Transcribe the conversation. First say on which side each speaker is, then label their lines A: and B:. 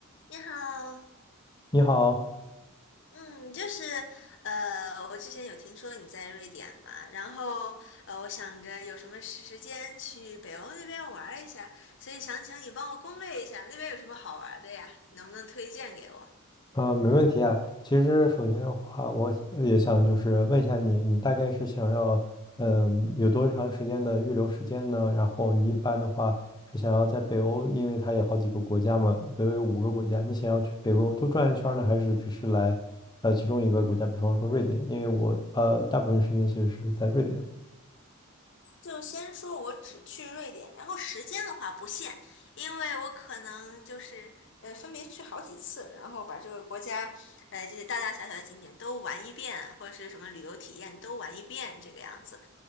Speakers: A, on the left; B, on the left.
A: 你好，
B: 你好，
A: 嗯，就是呃，我之前有听说你在瑞典嘛，然后呃，我想着有什么时时间去北欧那边玩儿一下，所以想请你帮我攻略一下那边有什么好玩儿的呀，你能不能推荐给我？
B: 呃，没问题啊。其实首先的话，我也想就是问一下你，你大概是想要，嗯、有多长时间的预留时间呢？然后你一般的话是想要在北欧，因为它有好几个国家嘛，北欧有五个国家，你想要去北欧多转一圈儿呢，还是只是来，呃，其中一个国家，比方说瑞典？因为我呃大部分时间其实是在瑞典。
A: 就先说我只去瑞典，然后时间的话不限，因为我可能就是呃分别去好几次，然后把这个国家呃这些大大小小的景点都玩一遍，或者是什么旅游体验都玩一遍这个样子，